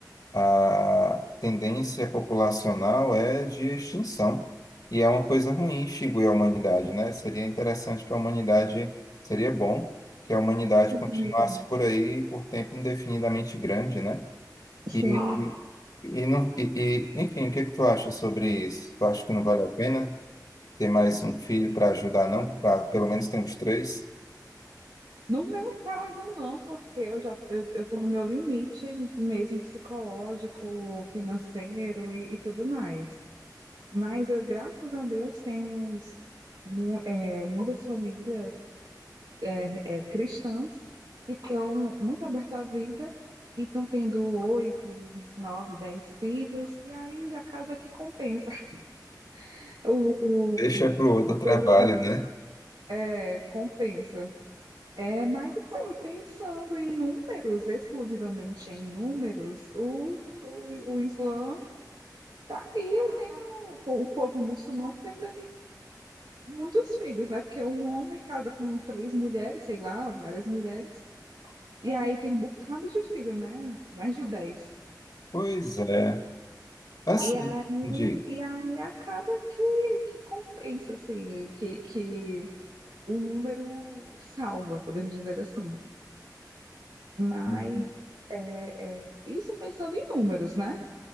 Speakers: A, on the left; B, on the right.
A: a tendência populacional é de extinção. E é uma coisa ruim extinguir a humanidade, né? Seria interessante que a humanidade, seria bom que a humanidade
B: Sim.
A: continuasse por aí por tempo indefinidamente grande, né?
B: Sim.
A: E, e, e não, e, e, enfim, o que que tu acha sobre isso? Tu acha que não vale a pena ter mais um filho para ajudar, não? Para pelo menos ter uns três?
B: No meu caso, não, porque eu já eu, eu tô no meu limite mesmo psicológico, financeiro e, e tudo mais. Mas, eh, graças a Deus, temos mu- eh, muitas famílias eh, eh, cristãs que estão muito abertas à vida e estão tendo oito, nove, dez filhos, e aí acaba que compensa. <laughs> O, o,
A: Deixa para o outro
B: o
A: trabalho,
B: número com-
A: né?
B: eh, compensa. É, mas, assim, pensando em números, exclusivamente em números, o, o, o Islã está aí, tendo, o povo muçulmano tendo muitos filhos, né? Porque um homem casa com três mulheres, sei lá, várias mulheres, e aí tem um bocado de filho, né? Mais de dez.
A: Pois é. Assim,
B: E aí,
A: digo.
B: e aí acaba que, que compensa, assim, que, que o número salva, podemos dizer assim. Mas
A: Uhum.
B: é, é, isso pensando em números, né?